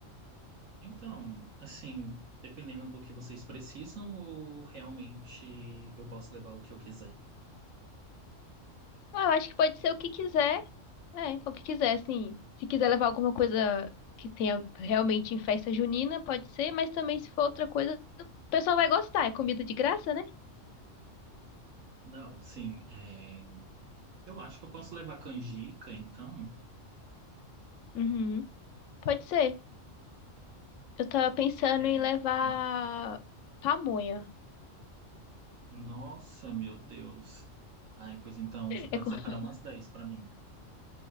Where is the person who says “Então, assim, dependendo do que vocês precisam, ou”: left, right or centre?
Right